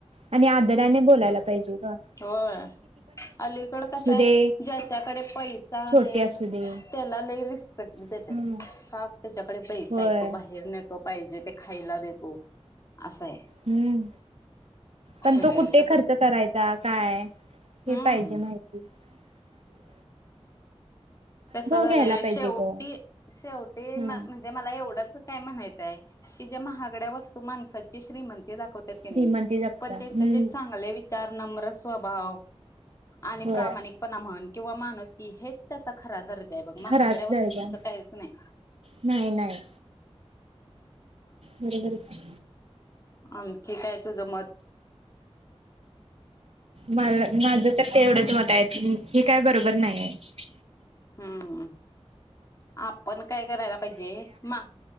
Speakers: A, on the right; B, on the left.
A: आणि आदराने बोलायला पाहिजे गं.
B: होय, अलीकड कसं आहे
A: दे
B: ज्याच्याकडे पैसा आहे
A: छोटी असू दे
B: त्याला लय रिस्पेक्ट देत्यात,
A: हम्म
B: का त्याच्याकडे पैसा
A: होय
B: हाय तो बा फिरुन येतो पाहिजे ते खायला देतो, असयं.
A: हम्म, पण
B: सगळ्यांच
A: तो कुठे खर्च
B: तर
A: करायचा, काय हे
B: हम्म
A: पाहिजे माहित. <unintelligible>
B: कस झालंय
A: घ्यायला पाहिजे
B: शेवटी
A: ग
B: शेवटी म्हणजे
A: ह
B: म्हणजे मला एवढंच काय म्हणायचंय की, जे महागड्या वस्तू माणसाची श्रीमती दाखवत्यात कनयं,
A: श्रीमंती जपता
B: पण त्यांच
A: हम्म
B: जे चांगले विचार चार नम्र स्वभाव आणि
A: होय
B: प्रामाणिकपणा म्हण किंवा माणूसकी हेच खरा दर्जा आहे बघ, महागड्या
A: खराच दर्जा
B: वस्तूंच काहीच नाही.
A: नाही नाही बरोबरच.
B: आणखी काय तुझं मत?
A: मला माझं तर तेवढंच मत आहे, हे काय बरोबर नाहीयं.
B: हम्म, आपण काय करायला पाहिजे मा-